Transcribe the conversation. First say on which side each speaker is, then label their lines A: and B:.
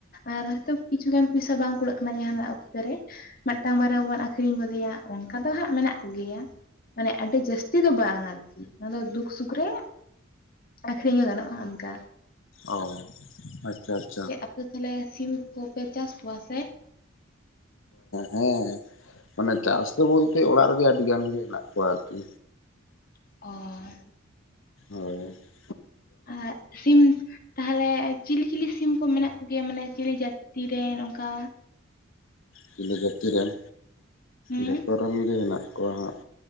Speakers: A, on the left; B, on the left.
A: ᱟᱨ ᱦᱳᱭᱛᱚ ᱠᱤᱪᱷᱩ ᱜᱟᱱ ᱯᱚᱭᱥᱟ ᱵᱟᱝ ᱠᱩᱲᱟᱹᱜ ᱠᱟᱱᱟ ᱡᱟᱦᱟᱸᱱᱟᱜ ᱚᱠᱛᱚ ᱨᱮ ᱾ ᱢᱤᱫᱴᱟᱝ ᱵᱟᱨᱭᱟ ᱵᱚᱱ ᱟᱹᱠᱷᱨᱤᱧ ᱜᱚᱫᱮᱭᱟ ᱦᱟᱸᱜ᱾ ᱚᱱᱠᱟ ᱫᱚ ᱦᱟᱸᱜ ᱢᱮᱱᱟᱜ ᱠᱚ ᱜᱮᱭᱟ᱾ ᱢᱟᱱᱮ ᱟᱹᱰᱤ ᱡᱟᱹᱥᱛᱤ ᱫᱚ ᱵᱟᱝ ᱟᱨᱠᱤ ᱾ ᱚᱱᱟ ᱫᱚ ᱫᱩᱠ ᱥᱩᱠ ᱨᱮ ᱟᱹᱠᱷᱨᱤᱧ ᱦᱚᱸ ᱜᱟᱱᱚᱜᱼᱟ ᱚᱱᱠᱟ ᱾
B: ᱚ ᱟᱪᱪᱷᱟ ᱾
A: ᱪᱮᱫ ᱟᱯᱮ ᱛᱟᱦᱚᱞᱮ ᱥᱤᱢ ᱠᱚᱯᱮ ᱪᱟᱥ ᱠᱚᱣᱟ ᱥᱮ?
B: ᱦᱮᱸ ᱢᱟᱱᱮ ᱪᱟᱥ ᱫᱚ ᱵᱚᱞᱛᱮ ᱚᱲᱟᱜ ᱨᱮᱜᱮ ᱟᱹᱰᱤ ᱜᱟᱱ ᱜᱮ ᱦᱮᱱᱟᱜ ᱠᱚᱣᱟ ᱟᱨᱠᱤ
A: <unintelligible>
B: ᱦᱩᱭ ᱾
A: ᱟᱦᱚ ᱥᱤᱢ ᱛᱟᱦᱚᱞᱮ ᱪᱤᱞᱤ ᱪᱤᱞᱤ ᱥᱤᱢ ᱠᱚ ᱢᱮᱱᱟᱜ ᱠᱚ ᱜᱮᱭᱟ ᱢᱟᱱᱮ ᱪᱤᱞᱤ ᱡᱟᱹᱛᱤ ᱨᱮᱱ ᱚᱱᱠᱟ
B: ᱪᱤᱞᱤ ᱡᱟᱹᱛᱤ ᱨᱮᱱ
A: ᱦᱩᱸ
B: ᱡᱷᱚᱛᱚ ᱨᱮᱱ ᱜᱮ ᱢᱮᱱᱟᱜ ᱠᱚᱣᱟ ᱦᱟᱸᱜ